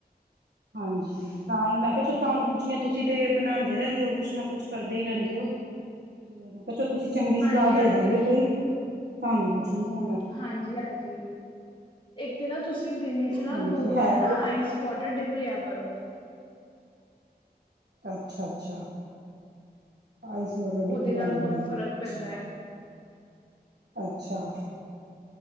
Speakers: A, on the right (about 85°); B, on the left (about 30°).
A: ਹਾਂਜੀ, ਤਾਂ ਈ ਮੈਂ ਕੈ ਚਲੋ ਤੁਆਨੂੰ ਪੁੱਛਨੀ ਆਂ, ਤੁਸੀ ਤੇ ਬਨਾਂਦੇ ਰਹਿੰਦੇ ਓ ਕੁੱਛ ਨਾ ਕੁੱਛ ਕਰਦੇ ਈ ਰੈਂਦੇ ਓ, ਤੇ ਮੈਂ ਕਯਾ ਤੁਸੀ ਚੰਗੀ ਸਲਾ
B: ਹਾਂਜੀ ਹਾਂਜੀ
A: ਦੇ ਦੋਗੇ ਕੋਈ ਤਾਨੂੰ ਪੁਛਨੀ ਆਂ ਮੈਂ।
B: ਹਾਂਜੀ ਹਾਂਜੀ ਇੱਕ ਨਾ ਤੁਸੀਂ ਦਿਨੇ
A: ਹਾਂਜੀ
B: ਦੋ ਵਾਰ
A: ਹੈ
B: ਨਾ
A: ਕੋਈ
B: ਆਈਸ ਵਾਟਰ ਡਿਪ ਲਿਆ ਕਰੋ।
A: ਅੱਛਾ ਅੱਛਾ ਆਈਸ ਵੋਟਰ
B: ਉਹਦੇ
A: ਡਿਪ ਲੈਂਣੀ
B: ਨਾਲ ਬਹੁਤ
A: ਆ
B: ਫ਼ਰਕ
A: ਅੱਛਾ
B: ਪੈਂਦਾ ਹੈ
A: ਅੱਛਾ